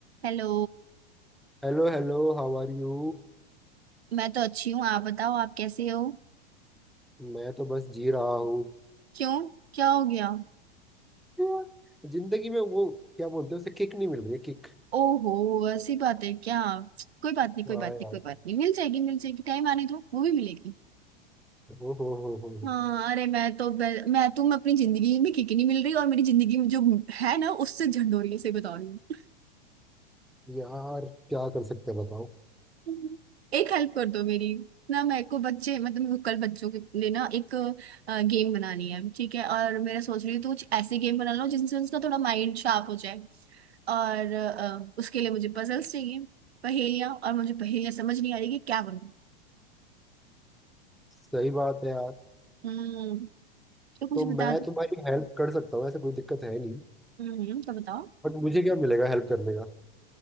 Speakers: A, on the right; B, in the centre.
A: Hello
B: Hello hello how are you
A: मैं तो अच्छी हूँ आप बताओ आप कैसे हो
B: मैं तो बस जी रहा हूँ
A: क्यों क्या हो गया
B: यार। जिंदगी में वो क्या बोलते हैं उसे किक नहीं मिल रही है। किक
A: ओहो ऐसी बात है क्या कोई बात नहीं कोई
B: हाँ
A: बात नहीं
B: यार
A: कोई बात नहीं मिल जाएगी मिल जाएगी टाइम आने दो वो भी मिलेगी
B: ओ हो हो हो हो।
A: हाँ अरे मैं तो मैं, मैं तुम अपनी जिंदगी में किक नहीं मिल रही और मेरी जिंदगी में जो है ना उससे झंडोरी है, से बता रही
B: यार क्या कर सकते हैं बताओ
A: हूँ एक हेल्प कर दो मेरी ना मेरे को बच्चे मतलब मेरे को कल बच्चों के लिए ना एक गेम बनानी है ठीक है और मेरा सोच रही हूँ तो कुछ ऐसे गेम बना लो जिनसे उसका थोड़ा माइंड शार्प हो जाए और अ, उसके लिए मुझे पजल्स चाहिए पहेलियां और मुझे पहेलियां समझ नहीं आ रही कि क्या बनूं
B: सही बात है यार
A: हम्म तो कुछ
B: तो
A: बता
B: मैं
A: दो
B: तुम्हारी हेल्प कर सकता हूँ ऐसे कोई दिक्कत है नहीं
A: हम्म तो बताओ
B: बट मुझे क्या मिलेगा हेल्प करने का